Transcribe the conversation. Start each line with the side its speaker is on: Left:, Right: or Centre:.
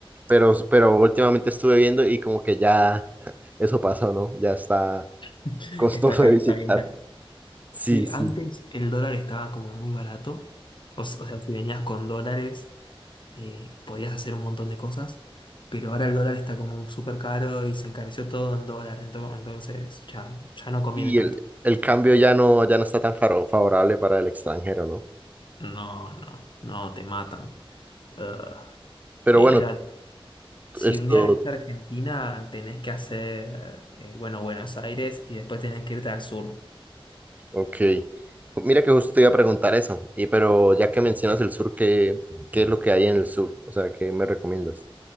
Right: pero, pero últimamente estuve viendo y como que ya <laughs> eso pasó, ¿no? Ya está
Left: <laughs>
Right: costoso
Left: está caro,
Right: de visitar.
Left: está bien caro.
Right: Sí,
Left: Sí,
Right: sí.
Left: antes el dólar estaba como muy barato. O, s- o sea, si venías con dólares eh, podías hacer un montón de cosas, pero ahora el dólar está como súper caro y se encareció todo en dólar, ento- entonces ya, ya no conviene
Right: Y
Left: tanto.
Right: el, el cambio ya no, ya no está tan faro- favorable para el extranjero, ¿no?
Left: No, no, no, te matan. Ah,
Right: Pero
Left: era,
Right: bueno,
Left: si
Right: Esto,
Left: un día venís a Argentina, tenés que hacer, eh, bueno, Buenos Aires y después tenés que irte al sur.
Right: ok. Mira que justo te iba a preguntar eso, y pero ya que mencionas el sur, ¿qué, qué es lo que hay en el sur? O sea, ¿qué me recomiendas?